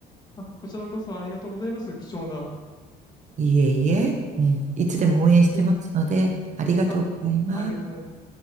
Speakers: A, on the left (about 25°); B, on the right (about 45°).
A: あ、こちらこそありがとうございます。貴重な。
B: いえいえ、うん、いつでも応援してますので、
A: いえ、
B: ありがとうございます。
A: あ、ありがとうございます。